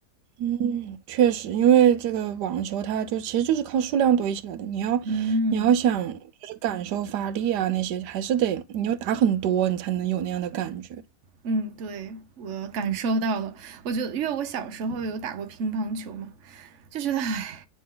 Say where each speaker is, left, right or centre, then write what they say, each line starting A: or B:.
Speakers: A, on the right (about 85°); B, on the right (about 55°).
A: 嗯，确实，因为这个网球它就其实就是靠数量堆起来的。你要你要想就是感受发力啊那些，
B: 嗯，
A: 还是得你要打很多，你才能有那样的感觉。
B: 嗯，对，我感受到了。我觉得，因为我小时候有打过乒乓球嘛，就觉得，唉，